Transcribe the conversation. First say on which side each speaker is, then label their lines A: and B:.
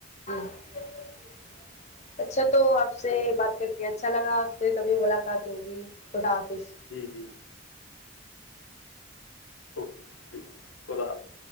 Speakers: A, on the left; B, on the left.
A: <inaudible> اچھا تو آپ سے بات کر کے اچھا لگا پھر کبھی ملاقات ہوگی خدا حافظ
B: جی جی اوکے ٹھیک ہے خدا حافظ